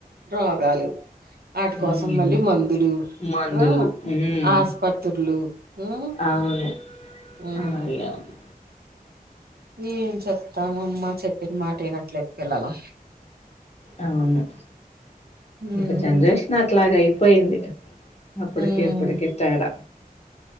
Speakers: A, on the right; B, on the left.
A: రోగాలు వాటి కోసం
B: మ్మ్
A: మళ్ళీ మందులు
B: మందులు
A: ఆ
B: మ్మ్
A: ఆస్పత్రులు ఉమ్
B: అవును
A: ఉం
B: అలాగే అవును
A: ఏం చెప్తామమ్మ చెప్పిన్మాట వినట్లేదు పిల్లలు
B: ఔను
A: ఉమ్
B: ఇక జన్రేషన్ అట్లాగ ఐప్ పోయింది అప్పుడుకి
A: ఉమ్
B: ఇప్పుడుకి తేడ